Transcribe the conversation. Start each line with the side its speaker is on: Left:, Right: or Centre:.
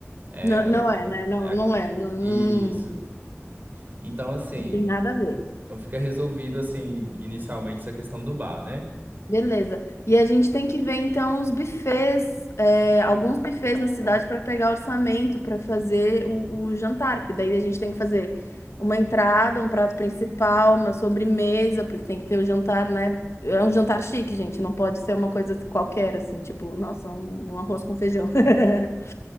Right: É
Left: Não,
Right: aquela
Left: não
Right: a-
Left: é, né? Não,
Right: é a-
Left: não é, não, não,
Right: isso. Então, assim,
Left: não tem nada a ver.
Right: então fica resolvido assim inicialmente essa questão do bar, né?
Left: Beleza. E a gente tem que ver então os buffets, é, alguns buffets na cidade para pegar orçamento para fazer o, o jantar, porque daí a gente tem que fazer uma entrada, um prato principal, uma sobremesa, porque tem que ter o jantar, né? É um jantar chique, gente, não pode ser uma coisa qualquer assim, tipo, nossa, um, um arroz com feijão. <laughs>